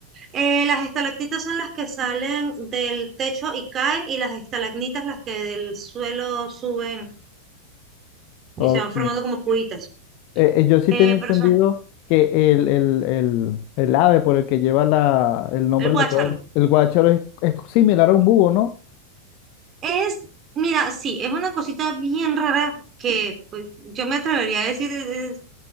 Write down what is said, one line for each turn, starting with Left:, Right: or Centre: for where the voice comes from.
Right: eh, las estalactitas son las que salen del techo y caen, y las estalagmitas las que del suelo suben
Left: Ok.
Right: y se van formando como puitas.
Left: Eh, eh, yo sí
Right: Eh,
Left: tenía entendido
Right: pero son
Left: que el, el, el, el ave por el que lleva la, el nombre,
Right: el guácharo.
Left: la cual, el guácharo es, es similar a un búho, ¿no?
Right: Es, mira, sí, es una cosita bien rara que pues, yo me atrevería a decir es, es-